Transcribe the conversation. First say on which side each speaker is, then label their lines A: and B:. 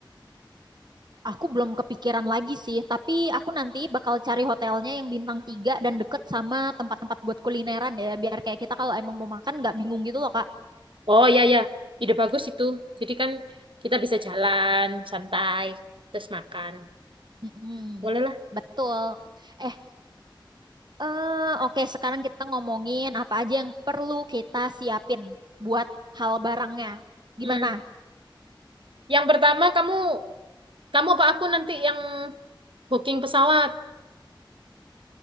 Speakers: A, on the right; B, on the right.
A: Aku belum kepikiran lagi sih, tapi aku nanti bakal cari hotelnya yang bintang tiga dan deket sama tempat-tempat buat kulineran ya, biar kayak kita kalau emang mau makan nggak bingung gitu loh, Kak.
B: Oh ya ya, ide bagus itu. Jadi kan kita bisa jalan santai terus makan.
A: Mm-mm.
B: Boleh lah.
A: Betul. Eh, Eh, oke, sekarang kita ngomongin apa aja yang perlu kita siapin buat hal barangnya.
B: Hmm.
A: Gimana?
B: Yang pertama kamu kamu apa aku nanti yang booking pesawat?